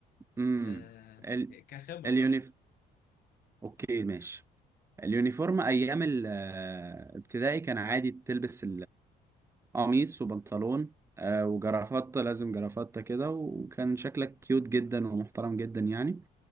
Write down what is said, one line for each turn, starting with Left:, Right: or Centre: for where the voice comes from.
Right: امم
Left: آه
Right: ال...
Left: كخبرة
Right: اليونيف
Left: بقى
Right: اوكي ماشي اليونيفورم ايام الابتدائي كان عادي تلبس القميص وبنطلون آه، وجرافطة لازم جرافطة كده وكان شكلك كيوت جدا ومحترم جدا يعني